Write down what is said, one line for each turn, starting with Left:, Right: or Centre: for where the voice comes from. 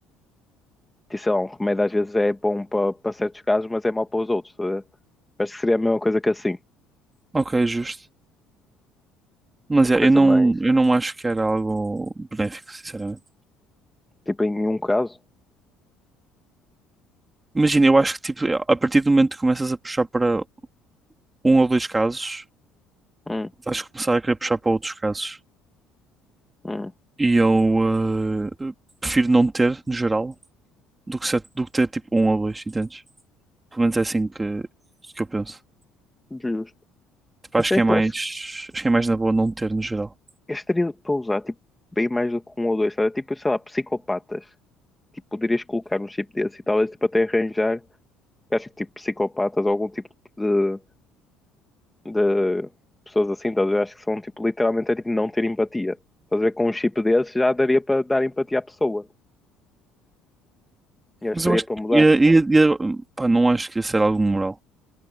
Centre: que sei lá, um remédio às vezes é bom para para certos casos, mas é mau para os outros. estás a ver? Acho que seria a mesma coisa que assim.
Right: Ok, justo. Mas
Centre: Uma
Right: é,
Centre: coisa
Right: eu não,
Centre: mais.
Right: eu não acho que era algo benéfico, sinceramente.
Centre: Tipo, em um caso.
Right: Imagina, eu acho que tipo, a partir do momento que começas a puxar para um ou dois casos,
Centre: Hum,
Right: vais começar a querer puxar para outros casos.
Centre: hum,
Right: E eu eh, prefiro não ter, no geral, do que, ser- do que ter tipo um ou dois, entendes? Pelo menos é assim que, que eu penso.
Centre: justo.
Right: Tipo,
Centre: Mas
Right: acho
Centre: é
Right: que é
Centre: que
Right: mais,
Centre: eu acho que
Right: acho que é mais na boa não ter, no geral.
Centre: este teria para usar, tipo, bem mais do que um ou dois, sabe? Tipo, sei lá, psicopatas. Tipo, poderias colocar um chip desse e talvez, tipo, até arranjar. eu Acho que, tipo, psicopatas ou algum tipo de, de pessoas assim, estás a ver? Eu acho que são, tipo, literalmente é tipo não ter empatia. Estás a ver? Com um chip desse já daria para dar empatia à pessoa. E acho
Right: Mas
Centre: que
Right: eu
Centre: estaria
Right: acho
Centre: para
Right: que
Centre: mudar.
Right: ia, ia- ia- pá, não acho que ia ser algo moral.